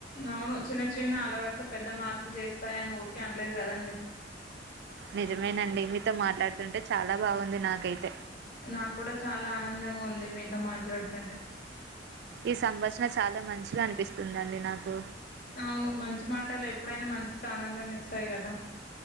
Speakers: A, on the left; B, on the right.
A: అవును చిన్న చిన్న అలవాట్లు పెద్ద మార్పు చేస్తాయ్ అని ఊరికే అనలేదు కదండి.
B: నిజమేనండి మీతో మాట్లాడుతుంటే చాలా బాగుంది నాకైతే.
A: నాకు కూడా చాలా ఆనందంగా ఉంది మీతో మాట్లాడుతుంటే.
B: ఈ సంభాషణ చాలా మంచిగా అనిపిస్తుందండి నాకు.
A: అవును మంచి మాటలు ఎప్పుడైనా మనిషికి ఆనందాన్ని ఇస్తాయ్ కదా.